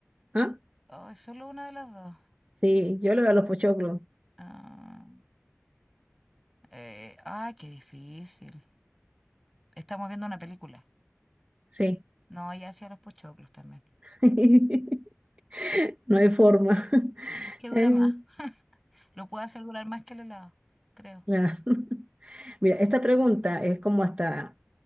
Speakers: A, on the right (about 30°); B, in the centre.
A: ¿Ah?
B: Ay, solo una de las dos.
A: Sí, yo le voy a los pochoclos.
B: Ah, eh, ay, qué difícil. Estamos viendo una película.
A: Sí.
B: No, ya hacía los pochoclos también.
A: <laughs> No hay forma. <laughs>
B: Sí, es que dura
A: Eh,
B: más. Lo puedo hacer durar más que el helado, creo.
A: claro. <laughs> Mira, esta pregunta es como hasta